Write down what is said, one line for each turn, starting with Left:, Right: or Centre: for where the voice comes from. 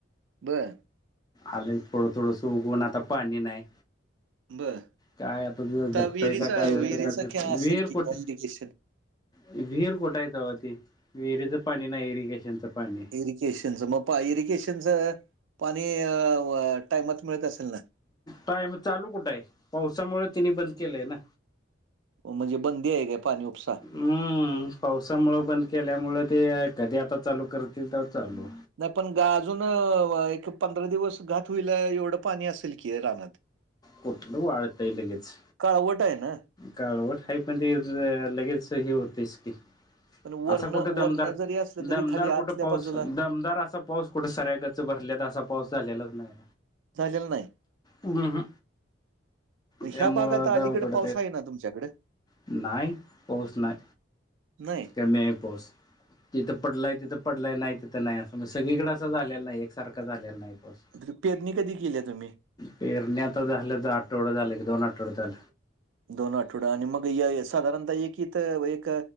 Right: बरं
Left: आलय थोडं थोडस उगून आता पाणी नाही.
Right: बर
Left: काय आता जीव जगतय
Right: विहिरीचा
Left: का काय
Right: इतकं
Left: करतय
Right: विहिरीचा
Left: का ते
Right: काय
Left: विहिर
Right: असेल की
Left: कोठे.
Right: काय इरिगेशन
Left: विहीर कुठय तवा ती विहिरीचं पाणी नाही इरिगेशनच पाणी आहे.
Right: इरिगेशनचं मग पा इरगेशनचं पाणी टायमात मिळत असेल ना?
Left: टाईम चालू कुठं आहे पावसामुळे तिनी बंद केलंय ना.
Right: म्हणजे बंदी आहे काय पाणी उपसा.
Left: हम्म पावसामुळं बंद केल्यामुळ ते कधी आता चालू करतील तर चालू.
Right: नाही पण ग अजून एक पंधरा दिवस घात होईल एवढं पाणी असेल की रानात. <inaudible>
Left: कुठलं वाळतय लगेच.
Right: काळवट हाय ना.
Left: काळवट हाय पण, ते ज लगेच हे होतयस की
Right: पण वर्ण
Left: आसा कुठ
Right: वर्ण
Left: दमदार?
Right: जरी असलं तरी
Left: दमदार
Right: खाली आतल्या
Left: कुठ? पाऊस
Right: बाजूला
Left: दमदार असा पाऊस कुठं सऱ्या गच भरले तर असा पाऊस झालेलाच नाही
Right: झालेलं नाही
Left: ऊ हू.
Right: मग
Left: त्यामुळं
Right: ह्या भागात
Left: आता
Right: अलीकडे
Left: अवघड
Right: पाऊस आहे ना तुमच्याकडे
Left: नाही पाऊस नाही.
Right: नाही
Left: कमी हाय पाऊस. जीथं पडलाय तिथं पडलाय, नाही तिथं नाही असं म्हणजे सगळीकडें असं झालेलं नाही, एकसारखं झालेला नाही पाऊस.
Right: खर पेरणी कधी केलिया तुम्ही?
Left: पेरण्या आता झालं तर आठवडा झाल की दोन आठवडा झाल.
Right: दोन आठवडा आणि मग या साधारणतः एक इथ व, एक